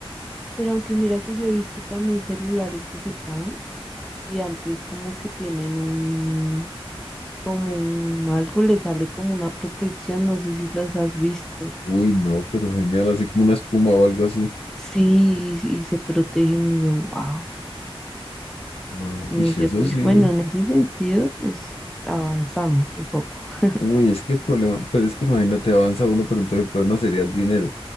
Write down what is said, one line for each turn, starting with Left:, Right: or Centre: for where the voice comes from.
Centre: pero aunque mira que yo he visto también celulares que se caen y antes como que tienen un, como un, algo le sale como una protección, no sé si las has visto.
Left: Uy, no, pero genial, así como una espuma o algo así.
Centre: Sí, y, y se protegen, y yo, wow.
Left: Wow,
Centre: Y uno
Left: uy,
Centre: dice,
Left: eso
Centre: uy,
Left: sí.
Centre: bueno, en ese sentido, pues avanzamos un poco, <laughs>
Left: Uy, es que el problema, pero es que imagínate, avanza uno, pero entonces el problema sería el dinero.